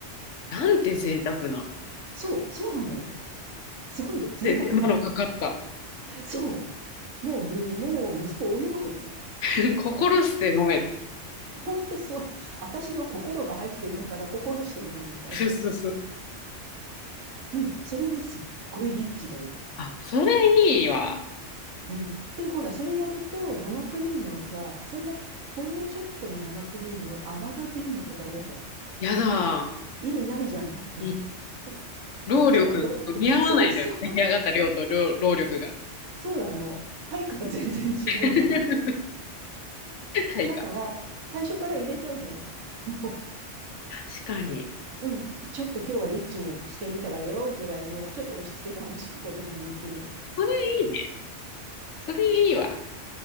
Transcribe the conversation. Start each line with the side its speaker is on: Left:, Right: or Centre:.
Left: なんて贅沢な。
Right: そそう、そうなんだよ。すごい贅沢なの。
Left: で、手間のかかった。
Right: そう。もうむ、もう息子大喜びよ。
Left: <laughs> 心して飲め。
Right: <laughs> ほんとそう。私の心が入ってんだから心して飲めみたいな。
Left: そそうそうそう。
Right: うん。それね、すっごいリッチだよ。
Left: あ、それいいわ。
Right: うん。で、ほら、それやると生クリームをさ、そんな、ほんのちょっとの生クリームを泡立てんのとか嫌じゃん。
Left: やだ。
Right: 意味ないじゃんだって。
Left: うん。
Right: <laughs>
Left: 労力と見合わないんだよ。
Right: こっちも労力。そうそう。
Left: 出来上がった量と量労力が。
Right: そうだあの。配下が全然違うじゃん。
Left: <laughs> 対価。
Right: だから、最初から入れちゃうのよ。も
Left: 確かに。
Right: う、うん。でちょっと今日はリッチにしてみたわよ、ぐらいの、ちょっと押し付けがましく子供に言ってみる。
Left: それいいね。それいいわ。